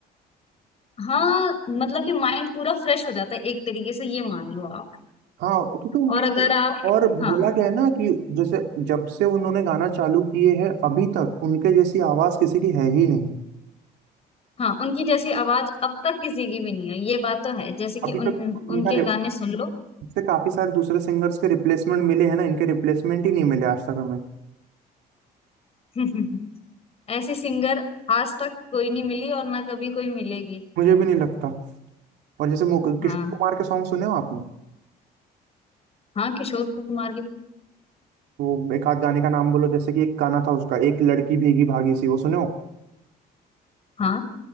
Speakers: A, on the left (about 35°); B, on the right (about 80°).
A: हाँ मतलब कि माइंड पूरा फ्रेश हो जाता है एक तरीके से ये मान लो आप
B: हाँ क्योंकि उनकी
A: और अगर आप
B: और
A: हाँ
B: बोला गया है ना कि जैसे जब से उन्होंने गाना चालू किए हैं अभी तक उनके जैसी आवाज किसी की है ही नहीं
A: हाँ उनकी जैसी आवाज अब तक किसी की भी नहीं है ये बात तो है जैसे कि
B: अभी
A: उन
B: तक उनका
A: उनके
B: रे-
A: गाने सुन लो
B: इससे काफी सारे दूसरे सिंगर्स के रिप्लेसमेंट मिले हैं ना इनके रिप्लेसमेंट ही नहीं मिले आज तक हमें
A: <laughs> ऐसी सिंगर आज तक कोई नहीं मिली और ना कभी कोई मिलेगी
B: मुझे भी नहीं लगता और जैसे मुक-
A: हाँ
B: किशोर कुमार के सॉन्ग सुने हो आपने
A: हाँ किशोर कुमार की
B: वो एक आध गाने का नाम बोलो जैसे कि एक गाना था उसका एक लड़की भीगी भागी सी वो सुनो
A: हाँ